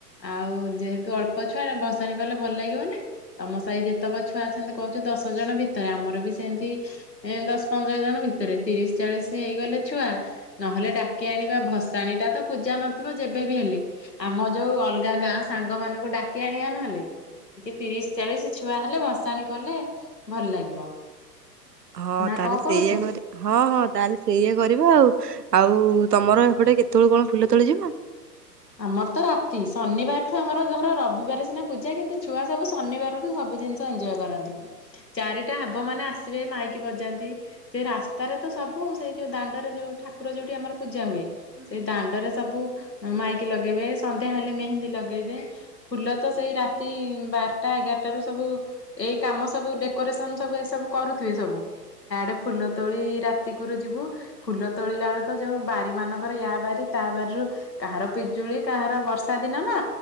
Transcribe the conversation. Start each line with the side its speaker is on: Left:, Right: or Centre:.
Left: ଆଉ ଯେହେତୁ ଅଳ୍ପ ଛୁଆ ଭସାଣି କଲେ ଭଲ ଲାଗିବନି ତମ ସାଇ ଯେତେକ ଛୁଆ ଅଛନ୍ତି କହୁଛୁ ଦଶ ଜଣ ଭିତରେ ଆମର ବି ସେନ୍ତି ଏ ଦଶ୍ ପନ୍ଦର ଜଣ ଭିତରେ ତିରିଶ ଚାଳିଶି ହେଇଗଲେ ଛୁଆ ନହେଲେ ଡାକି ଆଣିବା ଭସାଣି ଟା ତ ପୂଜା ନଥିବ ଯେବେବି ହେଲେ ଆମ ଯୋଉ ଅଲଗା ଗାଁ ସାଙ୍ଗ ମାନଙ୍କୁ ଡାକି ଆଣିଆ ନହେଲେ ଟିକେ ତିରିଶ ଚାଳିଶି ଛୁଆ ହେଲେ ଭସାଣି କଲେ ଭଲ ଲାଗିବ।
Right: ହଁ
Left: ନା
Right: ତାହେଲେ
Left: କଣ
Right: ସେଇଆ
Left: କହୁଛୁ?
Right: କରି ହଁ ହଁ ତାହେଲେ ସେଇଆ କରିବା ଆଉ ଆଉ ତମର ହେପଟେ କେତେବେଳୁ କଣ ଫୁଲ ତୋଳି ଯିବ?
Left: ଆମର ତ ରାତି ଶନିବାରଠୁ ଆମର ଧର ରବିଵାରେ ସିନା ପୂଜା କିନ୍ତୁ ଛୁଆ ସବୁ ଶନିବାରଠୁ ସବୁ ଜିନିଷ ଏନଞ୍ଜୟ୍ କରନ୍ତି। ଚାରିଟା ହେବ ମାନେ ଆସିବେ ମାଇକି ବଜାନ୍ତି ସେ ରାସ୍ତାରେ ତ ସବୁ ସେଇ ଯୋଉ ଦାଣ୍ଡରେ ଯୋଉ ଠାକୁର ଯୋଉଠି ଆମର ପୂଜା ହୁଏ ସେ ଦାଣ୍ଡରେ ସବୁ ମାଇକ୍ ଲଗେଇବେ ସନ୍ଧ୍ୟା ହେଲେ ମେହେନ୍ଦୀ ଲଗେଇବେ। ଫୁଲ ତ ସେଇ ରାତିଇ ବାରଟା ଏଗାରଟା ରୁ ସବୁ ଏଇ କାମ ସବୁ ଡେକୋରେସନ ସବୁ ଏ ସବୁ କରୁଥିବେ ସବୁ ଆଡେ ଫୁଲ ତୋଳି ରାତି କୁରୁ ଯିବୁ ଫୁଲ ତୋଳିଲା ବେଳେ ତ ଯୋଉ ବାରି ମାନଙ୍କର ୟା ବାରି ତା ବାରିରୁ କାହାର ପି ଜୁଳି କାହାର ବର୍ଷା ଦିନ ନା